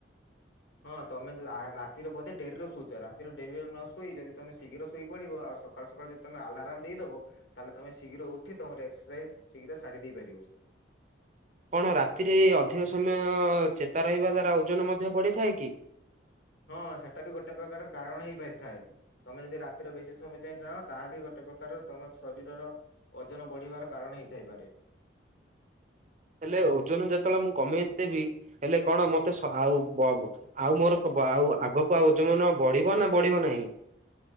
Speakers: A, on the left (about 75°); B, on the right (about 40°).
A: ହଁ ତମେ ରାତିରେ ବୋଧେ ଡେରରେ ଶୁଛ? ଡେରିରେ ନ ଶୋଇ ଯଦି ତମେ ଶୀଘ୍ର ଶୋଇ ପଡିବ ଆଉ ସକାଳ ସକାଳୁ ଯଦି ତମେ ଆଲାରାମ ଦେଇଦବ। ତାହେଲେ ତମେ ଶୀଘ୍ର ଉଠି ତମର ଏକ୍ସରସାଇଜ ଶୀଘ୍ର ସାରି ଦେଇ ପାରିବ।
B: କଣ ରାତିରେ ଅଧିକ ସମୟ ଚେତା ରହିବା ଦ୍ଵାରା ଓଜନ ମଧ୍ୟ ବଢିଥାଏ କି?
A: ହଁ ସେଟା ବି ଗୋଟେ ପ୍ରକାର କାରଣ ହେଇପାରିଥାଏ। ତମେ ଯଦି ରାତିର ବେଶୀ ସମୟ ଯାଏଁ ଚାହଁ ତାହା ବି ଗୋଟେ ପ୍ରକାର ତମ ଶରୀରର ଓଜନ ବଢିବାର କାରଣ ହେଇଥାଇପାରେ।
B: ହେଲେ ଓଜନ ଯେତେବେଳେ ମୁଁ କମେଇଦେବି ହେଲେ କଣ ମତେ ଆଉବ ଆଉ ମୋର ଆଉ ଆଗକୁ ଆଉ ଓଜମ ନ ବଢିବ ନା ବଢିବ ନାହିଁ?